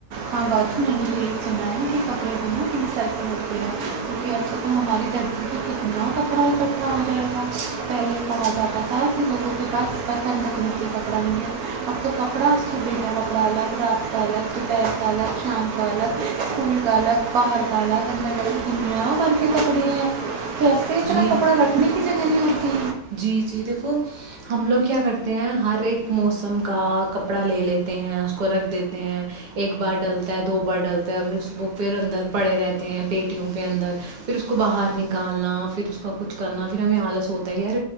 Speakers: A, on the right; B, on the right.
A: ہاں باجی میں نے بھی یہ سنا ہے کہ کپڑے بین کی ڈی سائ پر ہوتے ہیں کیونکہ اب سے تو ہماری دھرتی سے کتنا کپڑا اکٹھا ہو جائے گا پہلے کہا جاتا تھا کہ لوگوں کے باد بر پن رکھنے کے لیے کپڑا لے اب تو کپڑا اس سے بیٹا کپڑا الگ راستہ الگ جو پ الگ شام کا الگ سکول کا الگ باہر کا الگ اندے کا الگ اننیا بارک کپڑے ہیں کیسے اتنا
B: جی
A: کپڑا رکھنے جگہ نہیں ہوتی
B: جی جی دیکھو ہم لوگ کیا کرتے ہیں ہر ایک موسم کا کپڑا لے لیتے ہیں اس کو رکھ دیتے ہیں ایک بار ڈلتا ہے دو بار ڈلتا ہے پھر اس پھر اندر پڑے رہتے ہیں پیٹیوں پہ اندر پھر اس کو باہر نکالنا پھر اس کا کچھ کرنا پھر ہمیں آلس ہوتا یار